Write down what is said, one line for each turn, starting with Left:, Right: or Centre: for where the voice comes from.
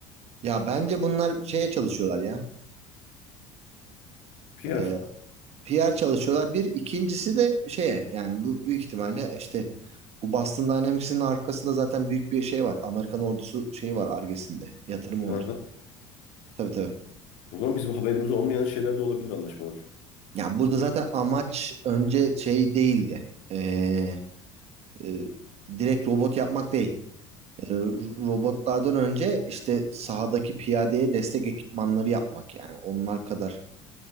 Right: Ya bence bunlar şeye çalışıyorlar ya.
Left: PR.
Right: Ee, PR çalışıyorlar. Bir ikincisi de şeye yani bu büyük ihtimalle işte bu Boston Dynamics'in arkasında zaten büyük bir şey var. Amerikan ordusu şeyi var Ar-Ge'sinde. Yatırımı
Left: Ha.
Right: var. Tabii tabii.
Left: O zaman bizim haberimiz olmayan şeyler de olabilir anlaşmalar.
Right: Ya burada zaten amaç önce şey değildi. Ee, e, direkt robot yapmak değil. Ee, robotlardan önce işte sahadaki piyadeye destek ekipmanları yapmak yani onlar kadar